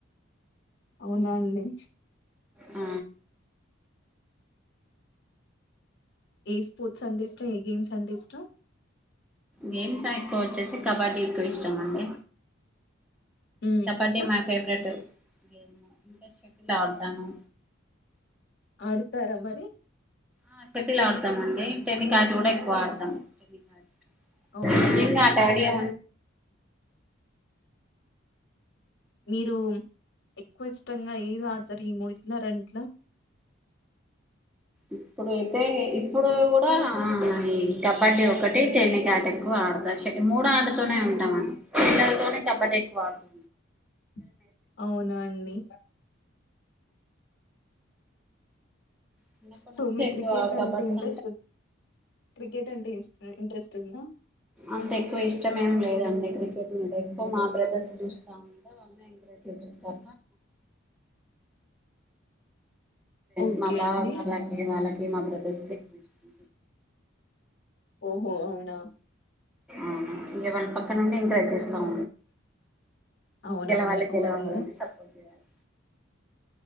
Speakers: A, on the left; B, in the centre.
A: అవునా అండి.
B: ఆ
A: ఏ స్పోర్ట్స్ అంటే ఇష్టం, ఏ గేమ్స్ అంటే ఇష్టం.
B: గేమ్స్ ఎక్కువ వచ్చేసి కబడ్డీ ఎక్కువ ఇష్టం అండి.
A: ఉమ్
B: కబడ్డీ
A: ఇంకా
B: మా ఫేవరెట్ గేమ్ ఇంకా షెటిల్ ఆడుతాను.
A: ఆడతారా మరి
B: ఆ షెటిల్ ఆడతామ అండి, టెన్ని కాట్ కూడా ఎక్కువ ఆడతాం టెన్ని కాట్,
A: అవునా
B: నింగ డాడీయా
A: మీరు ఎక్కువ ఇష్టంగా ఏది ఆడతారు ఈ మూడిట్లో, రెండిట్లో <unintelligible>
B: ఇప్పుడైతే ఇప్పుడు కూడా ఆ. ఈ కబడ్డీ ఒకటి టెన్ని కాట్ ఎక్కువ. మూడు ఆడుతతోనే ఉంటామండి, పిల్లలతో కబడ్డీ ఎక్కువ ఆడుతు.
A: <unintelligible> అవునా అండి.
B: చిన్నప్పటి
A: సో
B: నుంచి
A: మీకు
B: ఎక్కువ
A: క్రికెట్ అంటే
B: కబడ్స్
A: ఇంట్రెస్ట్ ఉంది క్రి క్రికెట్ అంటే ఇంట్రెస్ట్ ఉందా,
B: అంత ఎక్కువ ఇష్టం ఏం లేదండి క్రికెట్ మీద ఎక్కువ మా బ్రదర్స్ చూస్తా వా
A: ఓకే
B: <unintelligible> మా బావ
A: అండి
B: గార్లకి వాళ్ళకి మా బ్రదర్స్ కి ఇష్టం
A: ఓహో అవునా
B: ఆహా ఇగ పక్కన నుండి ఎంకరేజ్, చేస్తం
A: అవునవును
B: గెలవాలి
A: అవ్వాలి
B: గెలవాలి
A: కదా
B: సపోర్ట్ చేయాలి